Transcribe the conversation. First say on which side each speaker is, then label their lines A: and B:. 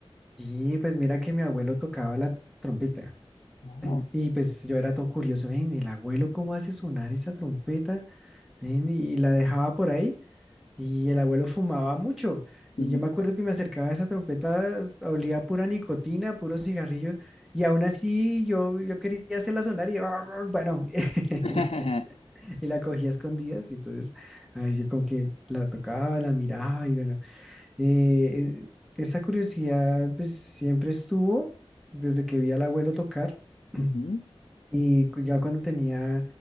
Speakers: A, in the centre; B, on the left.
A: sí, pues mira que mi abuelo tocaba la trompeta.
B: No.
A: Y pues yo era todo curioso, ven, el abuelo cómo hace sonar esa trompeta, ven, y la dejaba por ahí, y el abuelo fumaba mucho,
B: Ujú.
A: y yo me acuerdo que me acercaba a esa trompeta, olía a pura nicotina, puro cigarrillo, y aún así yo, yo quería hacerla sonar, y <laughs> bueno, <laughs>
B: <laughs>
A: y la cogía a escondidas, y entonces, a ver, yo como que la tocaba, la miraba, y bueno, eh, eh, esa curiosidad pues siempre estuvo desde que vi al abuelo tocar. <clears throat>
B: Ujú,
A: Y cu- ya cuando tenía,